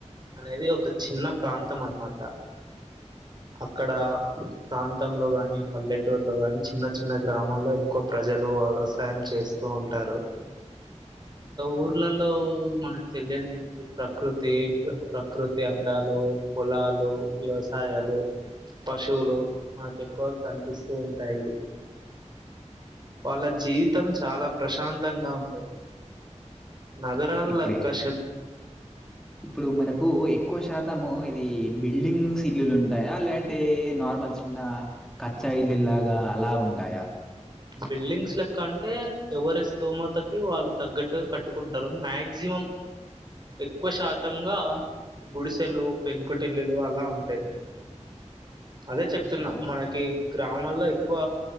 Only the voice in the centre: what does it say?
ఇప్పుడే
ఇప్పుడు మనకు ఎక్కువ శాతము ఇది బిల్డింగ్స్ ఇల్లులు ఉంటాయా లేంటి అయితే నార్మల్ చిన్న కచ్చాయిల్లులాగా అలా ఉంటాయా
ఓహ్!